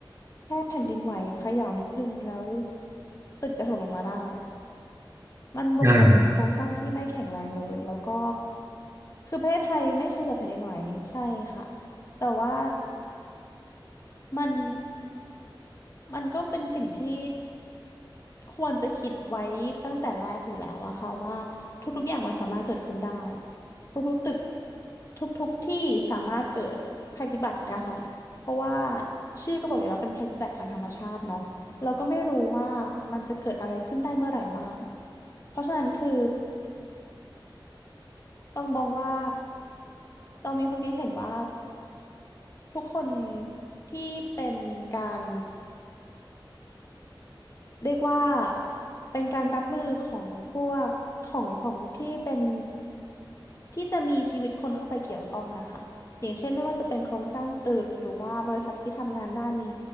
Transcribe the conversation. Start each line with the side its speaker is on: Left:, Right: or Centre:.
Left: แค่แผ่นดินไหวเขย่านิดนึงแล้วตึกจะถล่มลงมาได้อะมันบ่งบอกถึงโครงสร้างที่ไม่แข็งแรงเลยแล้วก็
Right: อืม
Left: คือประเทศไทยไม่เคยเกิดแผ่นดินไหวใช่ค่ะแต่ว่ามันมันก็เป็นสิ่งที่ ควรจะคิดไว้ตั้งแต่แรกอยู่แล้วอะค่ะว่าทุกๆอย่างมันสามารถเกิดขึ้นได้ทุกๆตึกทุกๆที่สามารถเกิดภัยพิบัติได้เพราะว่าชื่อก็บอกอยู่แล้วเป็นภัยพิบัติทางธรรมชาติเนาะเราก็ไม่รู้ว่ามันจะเกิดอะไรขึ้นได้เมื่อไหร่บ้างเพราะฉะนั้นคือต้องมองว่าต้องมีความคิดเห็นว่าทุกคนที่เป็นการ เรียกว่าเป็นการรับมือของพวกของของที่เป็นที่จะมีชีวิตคนเข้าไปเกี่ยวข้องอะค่ะอย่างเช่นไม่ว่าจะเป็นโครงสร้างตึกหรือว่าบริษัทที่ทำงานด้านนี้